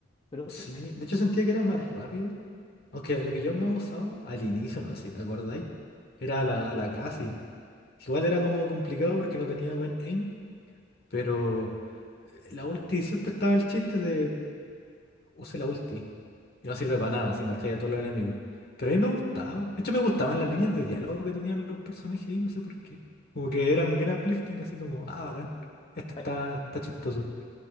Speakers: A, on the left; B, on the left.
A: Pero
B: Sí,
A: mm,
B: de hecho sentía que era más rápido. Aunque lo que yo más usaba al inicio, no sé si te acordáis, era la, la Casi. Igual era como complicado porque no tenía buen aim, pero eh, la ulti siempre estaba el chiste de use la ulti. Y no sirve para nada si marcáis a todos los enemigos. Pero a mí me gustaba. De hecho, me gustaban las líneas de diálogo que tenían los personajes ahí, no sé por qué. Como que eran bien uplifting, así como, ah, bacán. Este está,
A: ay,
B: está chistoso.